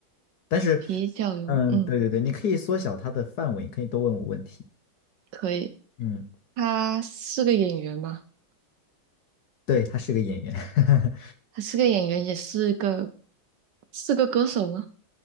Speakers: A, on the left (about 60°); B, on the right (about 70°).
A: 但是，
B: 比较有名。
A: 嗯，
B: 嗯，
A: 对对对，你可以缩小它的范围，可以多问我问题。
B: 可以。
A: 嗯。
B: 他是个演员吗？
A: 对，他是个演员，<laughs>
B: 他是个演员，也是个是个歌手吗？